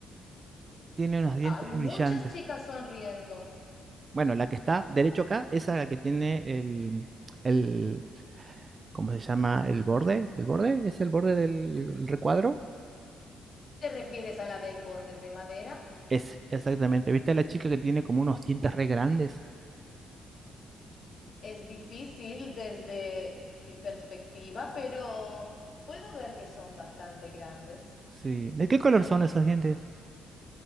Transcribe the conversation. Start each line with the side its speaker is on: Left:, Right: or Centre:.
Right: tiene unos dientes
Left: Hay muchas
Right: brillantes.
Left: chicas sonriendo.
Right: Bueno, la que está derecho acá, esa es la que tiene el, el, ¿cómo se llama? El borde, el borde, es el borde del el recuadro.
Left: ¿Te refieres a la del borde de madera?
Right: Es, exactamente. ¿Viste a la chica que tiene como unos dientes re grandes?
Left: Es difícil desde mi perspectiva, pero puedo ver que son bastante grandes.
Right: Sí. ¿De qué color son esos dientes?